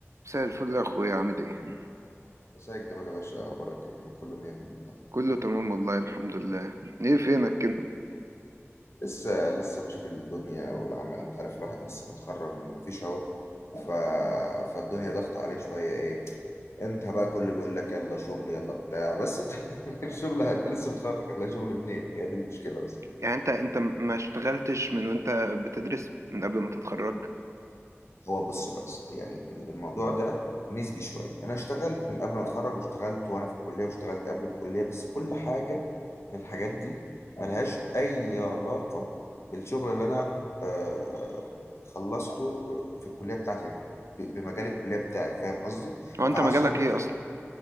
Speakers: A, on the right; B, on the left.
A: مساء الفل يا اخويا عامل ايه
B: مساء الجمال يا باشا اخبارك ايه انا كله مية مية والله
A: كله تمام والله الحمد لله ايه فينك كده
B: لسه لسه بشوف الدنيا والعمل انت عارف الواحد لسه متخرج من مفيش اهو ف... فالدنيا ضغط عليه شويه ايه امتى بقى كله بيقول لك يلا شغل يلا بتاع بس انت <laughs> الشغل انت لسه متخرج هتلاقي شغل منين هي دي المشكله بس
A: يعني انت انت ما اشتغلتش من وانت بتدرس من قبل ما تتخرج
B: هو بص بس يعني الموضوع ده نسبي شويه انا اشتغلت من قبل ما اتخرج واشتغلت وانا في الكليه واشتغلت قبل الكليه بس كل حاجه من الحاجات دي ملهاش أي علاقة بالشغل اللي أنا آه، خلصته آه، في الكلية بتاعتي يعني ب- بمجال الكلية بتاعي فاهم قصدي؟
A: هو انت
B: فعشان
A: مجالك ايه
B: كده
A: اصلا